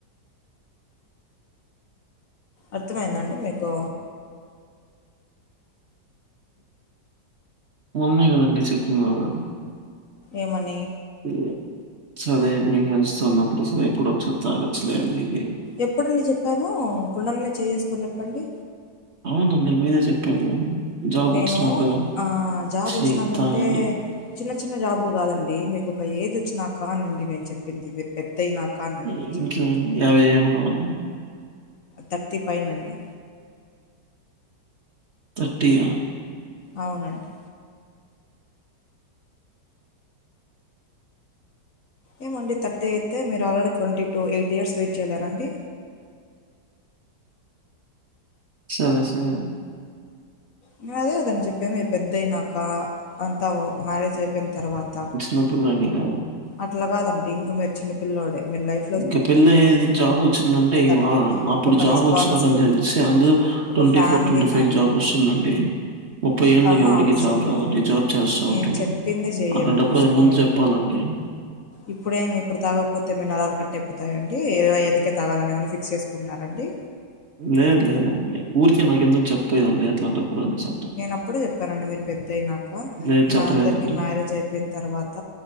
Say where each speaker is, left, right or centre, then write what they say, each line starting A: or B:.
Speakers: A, on the left; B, on the right.
A: అర్థమైందా అండి మీకు
B: ఉన్నాయి కదండి చెప్పిన అవి
A: ఏమని
B: యే సరే మీకు ఎంచుతున్నప్పుడు సరే ఎప్పుడు ఒకసారి తాగచ్చలేదు ఈ గేమ్
A: ఎప్పుడు అండి చెప్పాను గుండెలమీద చేయివేసుకొని చెప్పండి
B: అవునండి మీరే చెప్పారు జాబ్
A: నేను
B: వచ్చినాక
A: ఆ జాబ్
B: ఛీ!
A: వచ్చినాకంటే
B: తాగండి.
A: చిన్న చిన్న జాబులు కాదండి మీకు ఒక ఏజ్ వచ్చినాక అండి నేను చెప్పింది మీరు పెద్ద అయినాక అనండి
B: <unintelligible>
A: నేను చెప్పింది
B: యాభై ఏ అవునా
A: థర్టీ పైనా అండి
B: థర్టీ ఆ
A: అవునండి ఏమండి థర్టీ అయితే మీరు already twenty to eighty years wait చేయలేర అండి
B: సరె సరే
A: నేను అదే కదండి చెప్పేంది మీరు పెద్దయినాక అంతా మ్యారేజ్ అయిపోయిన తర్వాత
B: నొప్పు ఉందండి ఇక
A: అట్ల కాదండి ఇంకా మీరు చిన్నపిల్ల్లోడే మీరు లైఫ్
B: ఇంక పెళ్లి అయ్యేది జాబ్ వచ్చిందంటే
A: అండి
B: ఆ అప్పుడు
A: ఒక
B: జాబ్
A: రెస్పాన్సిబుల్
B: వచ్చినాక తెలిసి అందు
A: ఒక
B: twenty
A: family
B: four twenty
A: మ్యాన్
B: five కి జాబ్ వస్తుందండి ముప్పై
A: అంతహా
B: ఏళ్ళకి ఎవరికి
A: అవసరం
B: జాబ్ రాదండి
A: లేదండి
B: జాబ్ చేస్తా
A: నేను
B: ఉంటడు
A: చెప్పింది చెయ్యండి
B: అలాంటప్పుడు
A: మూసుకొని
B: అది ముందు చెప్పాలండి
A: ఇప్పుడేమి ఇప్పుడు తాగకపోతే మీ నరాలు కట్టయిపోతాయంండి ఇరవై ఐదు కె తాగాలని ఏమన్న ఫిక్స్ చేసుకున్నారండి
B: లేదు లేదండి ఊరికె నాకు ఎందుకు చెప్పపోయదండి అట్లాంటప్పుడు అనేసి అంటాను.
A: నేన్ అప్పుడే చెప్పానండి మీరు పెద్ద అయినాక
B: లేదు
A: మన
B: చెప్పలేదండి.
A: అందరికి మ్యారేజ్ అయి పోయిన తర్వాత